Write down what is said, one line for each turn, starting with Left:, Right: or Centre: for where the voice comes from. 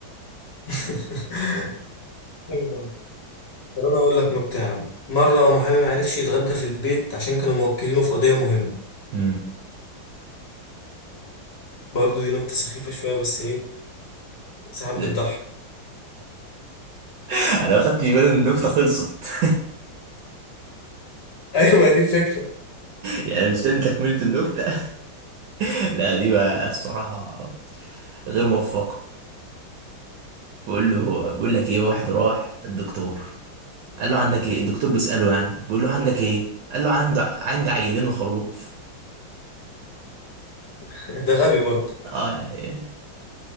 Left: <laughs> غبي برضه. طب انا اقول لك نكته يا عم مره محامي ما عرفش يتغدى في البيت عشان كانوا موكلينه في قضيه مهمه
Right: امم
Left: برضه دي نكته سخيفه شويه بس ايه ساعات بتضحك
Right: <laughs> انا ما خدتش بالي ان النكته خلصت <laughs>
Left: <laughs> ايوه ما دي الفكره
Right: يعني مستني تكملة النكتة <laughs> لا دي بقى الصراحة غير موفقة بقول له بقول لك ايه واحد راح للدكتور قال له عندك ايه الدكتور بيسأله يعني بيقول له عندك ايه قال له عنده عندي عيلين وخروف
Left: <laughs> ده غبي برضه
Right: اه يعني